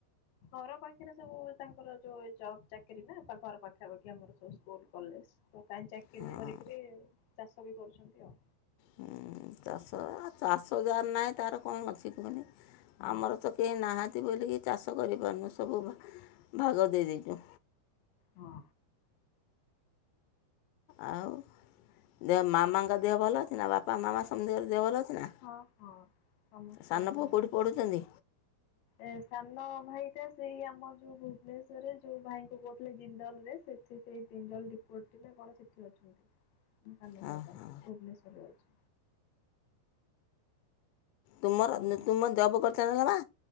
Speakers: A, on the left; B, on the left.
A: ଘର ପାଖେରେ ସବୁ ତାଙ୍କର ଯୋଉ ଏ ଜବ୍ ଚାକିରି ନା ତ ଘର ପାଖାପାଖି ଆମର ସବୁ ସ୍କୁଲ କଲେଜ। ତୁ କାହିଁ ଚାକିରି
B: ହଁ
A: କରିକିରି ଚାଷ ବି କରୁଛନ୍ତି ଆଉ।
B: ହୁଁ ଚାଷ ଆଉ ଚାଷ ଯାହାର ନାହିଁ ତାର କଣ ଅଛି କୁହୁନି
A: ହଁ
B: ଆମର ତ କେହି ନାହାନ୍ତି ବୋଲିକି ଚାଷ କରିପାରୁନୁ ସବୁ ଭାଗ ଦେଇଦେଇଛୁ।
A: ହଁ।
B: ଆଉ ଦେହ ମାମାଙ୍କ ଦେହ ଭଲ ଅଛି ନା ବାପା ମାମା ସମତିଙ୍କ ର ଦେହ ଭଲ ଅଛି ନା।
A: ହଁ ହଁ ସମସ୍ତ
B: ସାନ
A: ଙ୍କ ଦେହ
B: ପୁଅ କେଉଁଠି
A: ଭଲ ଅଛି।
B: ପଢ଼ୁଛନ୍ତି
A: ଏ ସାନ ଭାଇ ଟା ସେଇ ଆମର ଯୋଉ ଭୁବନେଶ୍ୱରରେ ଯୋଉ ଭାଇଙ୍କୁ କହୁଥିଲେ ଜିନ୍ଦଲ ରେ ସେ ସେ ସେଇ ତିନି ଜଣ ଡିପୋ ନା କଣ ସେଠି ଅଛନ୍ତି ସାନ
B: ହଁ
A: ଭାଇଟା ଭୁବନେଶ୍ୱଵର
B: ହଁ
A: ରେ ଅଛି।
B: ତୁମର
A: ଓ
B: ତୁମ ଜବ୍ କରିଛ ନା ମା।